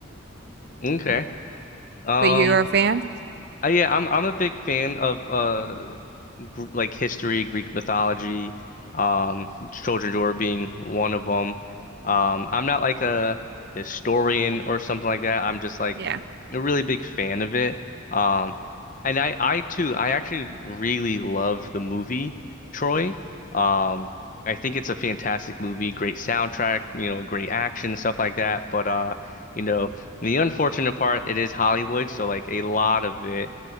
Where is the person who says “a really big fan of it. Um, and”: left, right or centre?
Left